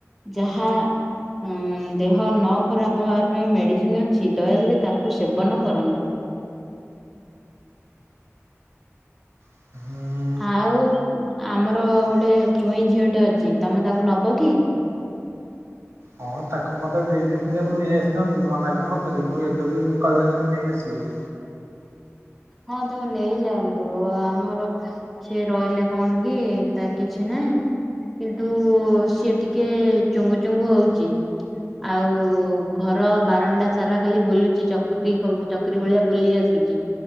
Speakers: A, in the centre; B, on the right.
A: ଯାହା ଉଁ ଦେହ ନ ଖରାପ ହେବା ପାଇଁ ମେଡିସିନ ଅଛି ଦୟାକରି ତାକୁ ସେବନ କରନ୍ତୁ।
B: <inaudible>
A: ଆଉ ଆମର ଗୋଟେ ଚୁଇଁ ଝିଅଟେ ଅଛି ତମେ ତାକୁ ନବ କି।
B: ହଁ ତାକୁ ମତେ ଦେଇ ଦେଇଥିଲେ ମୁଁ ନେଇ ଆସିଥାନ୍ତି ମନା କରୁନଥିଲି ମୁଁ ଏବେ ବି କହିବ ଯଦି ନେଇ ଆସିବି।
A: ହଁ ତାକୁ ନେଇଯାଆନ୍ତୁ ଆମର। ସେ ରହିଲେ କଣ କି ତା କିଛି ନାହିଁ। କିନ୍ତୁ ସିଏ ଟିକେ ଚୁଙ୍ଗୁ ଚୁଙ୍ଗୁ ହଉଚି। ଆଉ ଘର ବାରଣ୍ଡା ସାରା ଖାଲି ବୁଲୁଚି ଚକ୍ରୀ ଚକ୍। ଚକିରି ଭଳିଆ ବୁଲି ଆସୁଛି